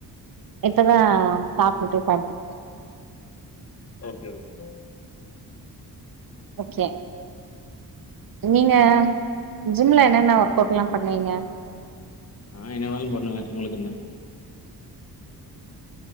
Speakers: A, on the right; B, on the left.
A: இப்போதா சாப்டுட்டு ஒக்காந்து
B: ஓகே ஓகே
A: ஓகே நீங்க
B: எது
A: ஜிம்ல என்னென்ன ஒர்க் அவுட்லா பண்ணுவீங்க
B: ஆ என்ன வேணாலூ பண்ணுவே உங்களுக்கு என்ன